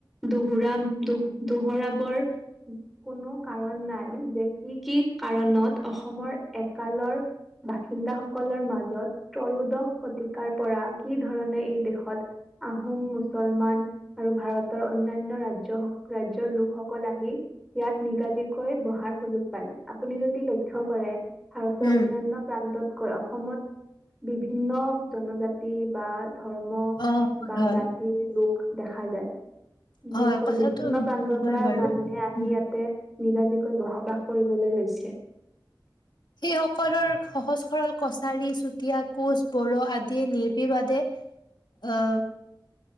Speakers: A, in the centre; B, on the left.
A: দোহোৰা দোহ দোহোৰাবৰ, কোনো কাৰণ নাই যে কি কি কাৰণত অসমৰ একালৰ বাসিন্দাসকলৰ মাজত ত্ৰয়োদশ শতিকাৰ পৰা কি ধৰণে এই দেশত আহোম, মুছলমান আৰু ভাৰতৰ অন্যান্য ৰাজ্য ৰাজ্যৰ লোকসকল আহি ইয়াত নিগাজিকৈ বহাৰ সুযোগ পালে আপুনি যদি লক্ষ্য কৰে ভাৰতৰ
B: উম,
A: অন্যান্য প্ৰান্তত কয় অসমত বিভিন্ন জনজাতি তি বা ধৰ্ম
B: অ',
A: বা
B: হয়, হয়
A: জাতিৰ লোক দেখা যায়।
B: হয়
A: দেশৰ
B: কথাটো
A: বিভিন্ন
B: নোহোৱা
A: প্ৰান্তৰ
B: নহয়
A: পৰা
B: বাৰু।
A: মানুহে আহি
B: উম।
A: ইয়াতে নিগাজিকৈ বসবাস কৰিবলৈ লৈছে।
B: সেই সকলৰ সহজ সৰল কছাৰী, চুতীয়া, কোচ, বড়ো আদিয়ে নিৰ্বিবাদে অ'